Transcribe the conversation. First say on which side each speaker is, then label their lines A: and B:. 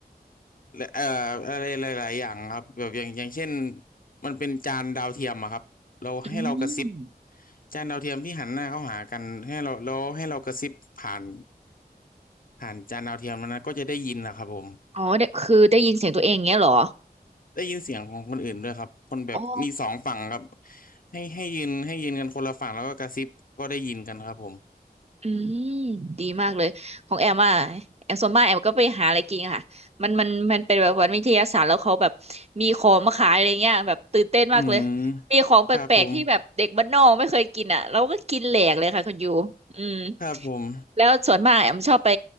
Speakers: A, on the left; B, on the right.
A: เอ่ออะไรหลายๆอย่างครับแบบอย่างอย่างเช่นมันเป็นจานดาวเทียมอะครับเราให้เรากระซิบ
B: อืม
A: จานดาวเทียมที่หันหน้าเข้าหากันให้เราแล้วให้เรากระซิบผ่านผ่านจานดาวเทียมมันนะก็จะได้ยินนะครับผม
B: อ๋อเดี่คือได้ยินเสียงตัวเองเงี้ยเหรอ
A: ได้ยินเสียงของคนอื่นด้วยครับคนแบบมีสองฝั่งครับ
B: อ๋อ
A: ให้ให้ยืนให้ยืนกันคนละฝั่งแล้วก็กระซิบก็ได้ยินกันครับผม
B: อืมดีมากเลยของแอมอ่ะแอมส่วนมากแอมก็ไปหาอะไรกินค่ะมันมันมันเป็นแบบวันวิทยาศาสตร์แล้วเขาแบบมีของมาขายอะไรเงี้ยแบบตื่นเต้นมากเลย
A: อืม
B: มีของแปลกๆที่แบบเด็กบ้านนอกไม่เคยกินอ่ะเราก็กินแหลกเลยค่ะคุณยูอืม
A: ครับผมครับผม
B: แล้วส่วนมากแอมชอบไป